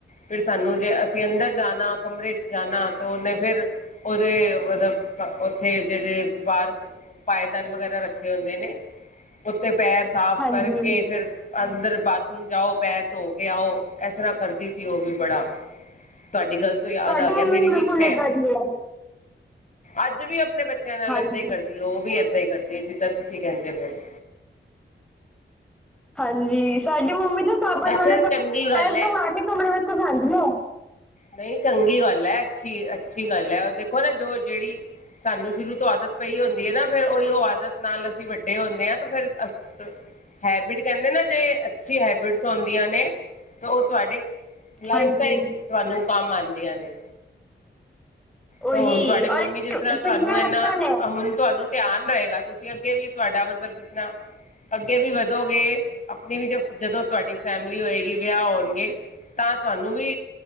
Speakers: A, on the left; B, in the centre.
A: ਫਿਰ ਸਾਨੂੰ ਜੇ ਅਸੀਂ ਅੰਦਰ ਜਾਣਾ, ਕਮਰੇ 'ਚ ਜਾਣਾ ਤਾਂ ਉਹਨੇ ਫਿਰ ਉਹਦੇ ਮਤਲਬ ਬ, ਉੱਥੇ ਜਿਹੜੇ ਬਾਰਕ ਪਾਏਦਾਨ ਵਗ਼ੈਰਾ ਰੱਖੇ ਹੁੰਦੇ ਨੇ। ਉੱਤੇ ਪੈਰ ਸਾਫ਼
B: ਹਾਂਜੀ
A: ਕਰਕੇ, ਫਿਰ ਅੰਦਰ ਬਾਥਰੂਮ ਜਾਓ। ਪੈਰ ਧੋ ਕੇ ਆਓ। ਇਸ ਤਰ੍ਹਾਂ ਕਰਦੀ ਸੀ, ਉਹ ਵੀ ਬੜਾ। ਤੁਹਾਡੀ ਗੱਲ ਤੋਂ ਯਾਦ
B: ਸਾਡੀ
A: ਆ ਗਿਆ,
B: ਮੰਮੀ
A: ਮੇਰੀ ਵੀ
B: ਬਿਲਕੁਲ
A: ਇੱਕ ਭੈਣ
B: ਏਦਾਂ ਦੀ ਹੈ
A: ਅੱਜ ਵੀ ਆਪਣੇ ਬੱਚਿਆਂ ਨਾਲ
B: ਹਾਂਜੀ
A: ਏਦਾਂ ਹੀ ਕਰਦੀ ਐ। ਉਹ ਵੀ ਇੱਦਾਂ ਹੀ ਕਰਦੀ, ਜਿੱਦਾਂ ਤੁਸੀਂ ਕਹਿੰਦੇ ਪਏ ਹੋ।
B: ਹਾਂਜੀ। ਸਾਡੀ ਮੰਮੀ ਤੇ ਸਾਬਣ
A: ਅੱਛਾ
B: ਵਾਲੇ 'ਪਾਣੀ ' ਤੋਂ
A: ਚੰਗੀ ਗੱਲ
B: ਪੈਰ
A: ਹੈ।
B: ਧੋਆ ਕੇ ਕਮਰੇ ਵਿੱਚ ਘੁਸਾਂਦੀ ਉਹ
A: ਨਹੀਂ ਚੰਗੀ ਗੱਲ ਐ। ਅੱਛੀ, ਅੱਛੀ ਗੱਲ ਐ। ਉਹ ਦੇਖੋਂ ਨਾ ਜੋ ਜਿਹੜੀ ਸਾਨੂੰ ਸ਼ੁਰੂ ਤੋਂ ਆਦਤ ਪਈ ਹੁੰਦੀ ਏ ਨਾ। ਫਿਰ ਉਹੀ ਔ ਆਦਤ ਨਾਲ ਅਸੀਂ ਵੱਡੇ ਹੁੱਣੇ ਆਂ ਤੇ ਫਿਰ ' <inaudible> ' <inaudible> ਹੈਬਿਟ ਕਹਿੰਦੇ ਨਾ ਜੇ, ਅੱਛੀ ਹੈਬਿਟਸ ਹੁੰਦੀਆਂ ਨੇ ਤੋ ਉਹ ਤੁਹਾਡੇ ਲਾਈਫ
B: ਹਾਂਜੀ
A: ਟਾਈਮ, ਤੁਹਾਨੂੰ ਕੰਮ ਆਉਣਦੀਆਂ ਨੇ। ਤੋਂ
B: ਉਹੀ
A: ਹੁਣ ਤੁਹਾਡੇ ਮੰਮੀ
B: ਔਰ
A: ਜਿਸ
B: ਚੰਗੀਆਂ
A: ਤਰ੍ਹਾਂ, ਤੁਹਾਨੂੰ ਇਹਨਾ,
B: ਹੱਥਾਂ ਨੇ
A: ਹੁਣ ਤੁਹਾਨੂੰ ਧਿਆਨ ਰਹੇਗਾ। ਤੁਸੀਂ ਅੱਗੇ ਵੀ ਤੁਹਾਡਾ ਮਤਲਬ ਜਿਸ ਤਰ੍ਹਾਂ ਅੱਗੇ ਵੀ ਵਧੋਗੇ। ਆਪਣੀ ਵੀ ਜਦੋਂ ਤੁਹਾਡੀ ਫੈਮਿਲੀ ਹੋਏਗੀ, ਵਿਆਹ ਹੋਣਗੇ। ਤਾਂ ਤੁਹਾਨੂੰ ਵੀ,